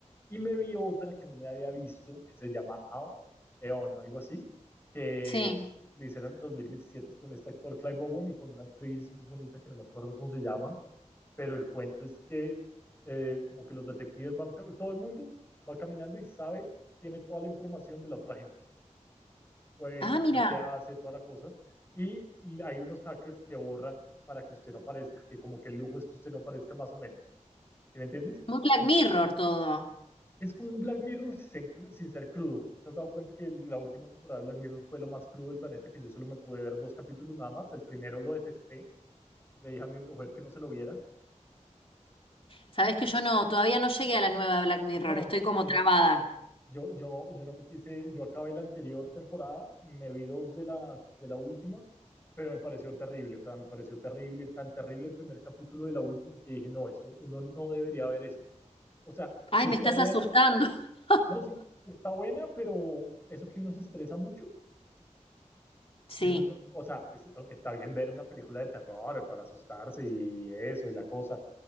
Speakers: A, on the left; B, on the left.
A: Y me vi otra que no me había visto, que se llama Aon, Eon, algo así, que
B: Sí.
A: es- le hicieron en 2017 con este actor Clive Owen y con una actriz muy bonita que no me acuerdo cómo se llama, pero el cuento es que eh, como que los detectives van, ca- todo el mundo va caminando y sabe, tiene toda la información de la otra gente eh,
B: Ah, mira.
A: lo que hace, toda la cosa. Y, hay unos hackers que borran para que usted no aparezca, que como que el lujo es que usted no aparezca más o menos. ¿Sí me entiendes?
B: Muy Black
A: Ent-
B: Mirror todo.
A: Es como un Black Mirror sin, sin ser crudo. ¿Te has dado cuenta que la última temporada de Black Mirror fue lo más crudo del planeta? Que yo solo me pude ver dos capítulos nada más. El primero lo detesté. Le dije a mi mujer que no se lo viera.
B: Sabes que yo no, todavía no llegué a la nueva Black Mirror.
A: No,
B: Estoy como
A: mira,
B: trabada.
A: Yo, yo, yo no me quise, yo acabé la anterior temporada, me vi dos de las, de la última, pero me pareció terrible, o sea, me pareció terrible, tan terrible el primer capítulo de la última que dije, no, esto, uno no debería ver esto. O sea, sí
B: Ay,
A: está
B: me estás
A: buena,
B: asustando. <laughs>
A: no, sí, sí está buena, pero eso que uno se estresa mucho,
B: Sí,
A: y uno no- o sea, pues, está bien ver una película de terror para asustarse y eso y la cosa,